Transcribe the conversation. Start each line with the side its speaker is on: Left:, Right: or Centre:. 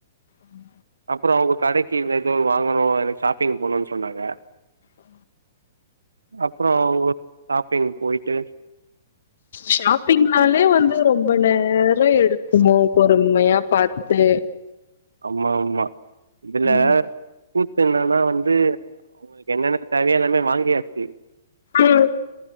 Left: ம்
Right: அப்புற அவங்க கடைக்கு இந்த ஏதோ வாங்கணு எனக்கு ஷாப்பிங் போனுன் சொன்னாங்க
Left: ஹ
Right: அப்புற உங்க ஷாப்பிங் போயிட்டு
Left: ஷாப்பிங்னாலே வந்து ரொம்ப நேரம் எடுக்குமோ பொறுமையா பாத்து
Right: ஆமா ஆமா இதுல
Left: ம்
Right: கூத்து என்னன்னா வந்து அவங்களுக்கு என்னென்ன தேவையோ எல்லாமே வாங்கியாச்சு
Left: ம்.